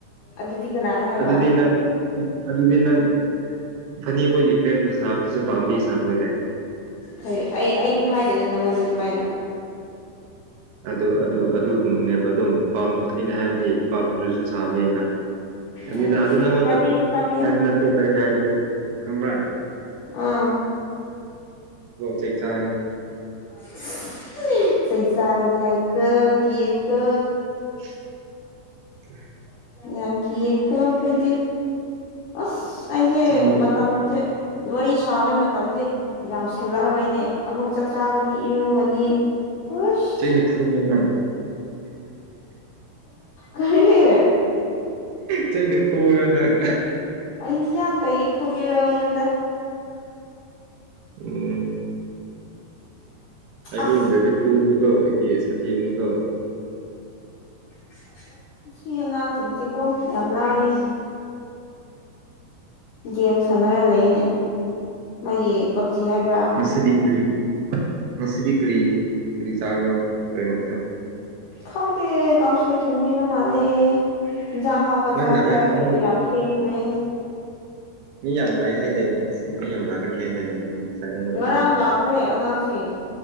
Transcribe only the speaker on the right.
ꯑꯗꯨꯗꯤ ꯅꯪ ꯑꯗꯨꯗꯤ ꯅꯪ ꯐꯅꯤꯕꯣꯏꯒꯤ ꯐ꯭ꯔꯦꯟꯕꯨ ꯁꯥꯕꯗꯨꯁꯨ ꯄꯥꯝꯕꯤ ꯁꯥꯕ ꯑꯣꯏꯔꯦ
ꯑꯗꯨ ꯑꯗꯨ ꯑꯗꯨꯒꯨꯝꯕꯅꯦꯕ ꯑꯗꯨꯝ ꯑꯩꯅ ꯍꯥꯏꯕꯗꯤ ꯄꯥꯝꯗ꯭ꯔꯁꯨ ꯁꯥꯕ ꯌꯥꯏꯅ
ꯑꯗꯨ ꯑꯗꯨ ꯅꯪꯉꯟꯗ
ꯍꯥꯏꯕ ꯅꯠꯇꯦ ꯑꯩꯅ ꯍꯥꯏꯕꯗꯤ ꯈꯪꯑꯕ
ꯆꯩ ꯆꯥꯅꯤ
<inaudible>
ꯆꯩ
<unintelligible> ꯍꯦꯍꯦꯍꯦꯍꯦ
ꯆꯩꯩꯅ ꯐꯨꯔꯥ ꯅꯪ
ꯎꯝ ꯍꯥꯏꯅꯤꯡꯗꯗꯤ
ꯐꯨꯅꯤꯀꯣ ꯑꯩꯗꯤ ꯁꯥꯊꯤꯕꯅꯤꯀꯣ
ꯉꯁꯤꯗꯤ ꯀꯔꯤ ꯉꯁꯤꯗꯤ ꯀꯔꯤ ꯀꯔꯤ ꯆꯥꯒꯦꯔꯣ ꯀꯔꯤ ꯃꯊꯦꯜ
ꯅꯪꯅ
ꯍꯥꯏ
ꯃꯤ
ꯃꯤ ꯌꯥꯝ ꯂꯥꯛꯑꯦ ꯍꯥꯏꯗꯥꯏꯅꯦ ꯉꯁꯤ ꯃꯤ ꯌꯥꯝ ꯂꯥꯛꯀꯅꯤ ꯍꯥꯏꯗꯥꯏꯅꯦ ꯑꯩꯉꯣꯟꯗ
ꯍꯥꯏꯕꯗꯣ